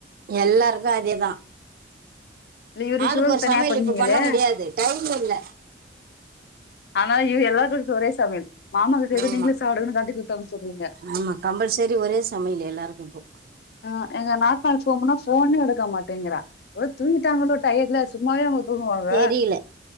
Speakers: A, on the right; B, on the left.
A: எல்லார்க்கு அதேதா
B: லி இவரு
A: ஆளுக்கு
B: சுவருக்
A: ஒரு
B: தனியா
A: சமையல்
B: பண்ணீங்களே
A: இப்ப பண்ண முடியாது டைம் இல்ல
B: ஆனா எல்லாருக்கு ஒரே சமயல் மாமாக்கிட்ட எது
A: ஆமா
B: நீங்களே சாப்புடுங்கன்னு கட்டிகுடுத்தம்சு சொல்றீங்க
A: ஆமா கம்பல்சரி ஒரே சமையல் எல்லாருக்கு இப்போ
B: ஆ எங்க நாத்னார் ஃபோன் பண்ணா ஃபோனே எடுக்க மாட்டேங்குறா ஒரு தூங்கிட்டாங்களோ டயட்ல சும்மாவே அவுங்க தூங்குவாங்க
A: தெரியல